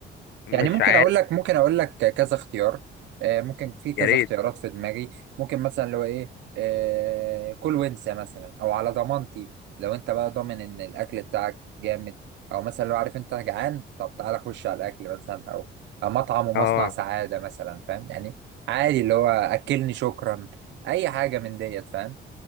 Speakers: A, on the left; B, on the right.
A: مش
B: يعني ممكن
A: عارف
B: اقول لك ممكن اقول لك كذا اختيار آه، ممكن في كذا
A: يا ريت
B: اختيارات في دماغي ممكن مثلا لو ايه آه، كل وانسى مثلا او على ضمانتي لو انت بقى ضامن ان الاكل بتاعك جامد او مثلا لو عارف انت جعان طب تعالى خش على الاكل مثلا او أو مطعم ومصنع
A: اه
B: سعادة مثلا فاهم يعني عادي اللي هو اكلني شكرا اي حاجة من ديت فاهم